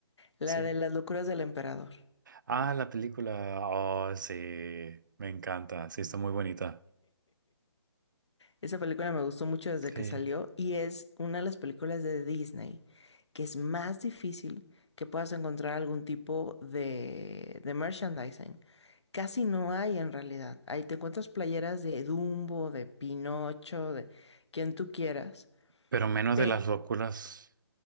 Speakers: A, on the left; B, on the right.
A: la
B: Sí.
A: de las locuras del emperador.
B: Ah, la película, oh, sí, me encanta, sí, está muy bonita.
A: Esa película me gustó mucho
B: Sí.
A: desde que salió y es una de las películas de Disney que es más difícil que puedas encontrar algún tipo de, de merchandising. Casi no hay en realidad. Ahí te encuentras playeras de Dumbo, de Pinocho, de quien tú quieras.
B: Pero menos
A: Pe-
B: de las locuras,